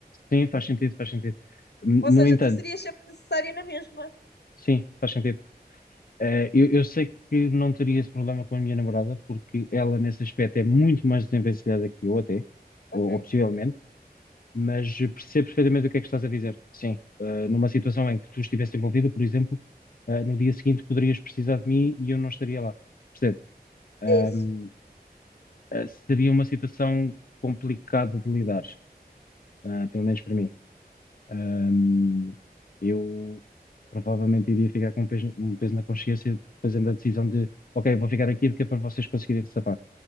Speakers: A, on the left (about 60°); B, on the left (about 85°).
A: Sim, faz sentido, faz sentido. No
B: Ou seja,
A: entanto,
B: tu serias sempre necessária na mesma.
A: sim, faz sentido. Eh, eu, eu sei que não teria esse problema com a minha namorada, porque ela, nesse aspecto, é muito mais desenvencilhada que eu, até,
B: Ok,
A: ou, ou possivelmente, mas percebo perfeitamente o que é que estás a dizer. Sim, eh, numa situação em que tu estivesse envolvido, por exemplo, eh, no dia seguinte poderias precisar de mim e eu não estaria lá. Percebo. Ahm,
B: é isso.
A: eh, seria uma situação complicada de lidar, ah, pelo menos para mim. Ahm, eu provavelmente iria ficar com um peso, um peso na consciência fazendo a decisão de, ok, vou ficar aqui porque é para vocês conseguirem se safar.